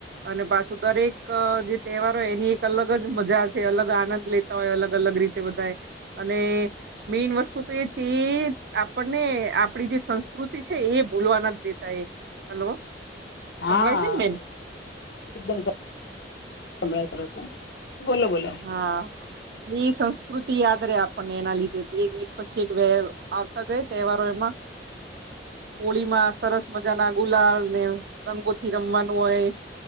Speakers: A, on the right (about 60°); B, on the left (about 65°).
A: અને પાછું દરેક જે તહેવારો એની એક અલગ જ મજા છે અલગ આનંદ લે તા હોય અલગ અલગ રીતે બધા અને મેન વસ્તુ તો એ જ કે આપણને આપ પડી જે સંસ્કૃતિ છે એ બોલવા ના જ દેતા એ હલો
B: હા
A: સંભળાય છે ને બેન
B: એકદમ સંભસ બોલો બોલો
A: હા એટ સંસ્કૃતિ યાદ રહેે આપણને એના લીધે એક પછી એક વ આવતા જાય તહેવારો એમાં <inaudible> હોળીમાં સરસ મજા ના ગુલાલ ને રંગોથી રમવાનું હોય